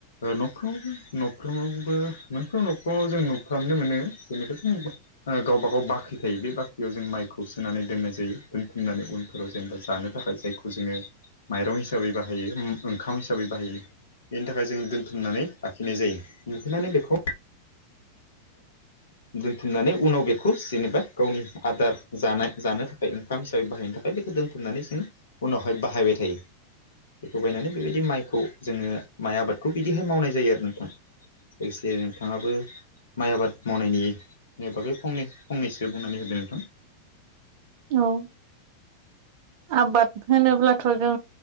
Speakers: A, on the left; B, on the right.
A: न'खफ्रावबो न'फ्रोमावबो मोनफ्रोमबो न'खराव जों नुफ्रामनो मोनो जेनेबा जों ओ गावबा गाव बाख्रि थायो बे बाख्रियाव जों माइखौहाय सोनानै दोननाय जायो दोनथुमनानै उनफोराव जेनेबा जानो थाखाय जायखौ जोङो। माइरं हिसाबै बाहायो ओम ओंखाम हिसाबै बाहायो बेनि थाखाय जों दोनथुमनानै लाखिनाय जायो दिहुननानै बेखौ दोनथुमनानै उनाव बेखौ जेनेबा गावनि आदार जानाय जानो थाखै <unintelligible> बाहायनो थाखाय बेखौ दोनथुमनानै जोङो उनावहाय बाहायबाय थायो बेखौ बायनानै बेबायदि माइखौ जोङो माइ आबादखौ बिदिहाय मावनाय जायो आरो नोंथां लोगोसे नोंथाङाबो माइ आबाद मावनायनि बागै फंनै फंनैसो बुंनानै होदो नोंथां
B: औ आबाद होनोब्लाथ' जों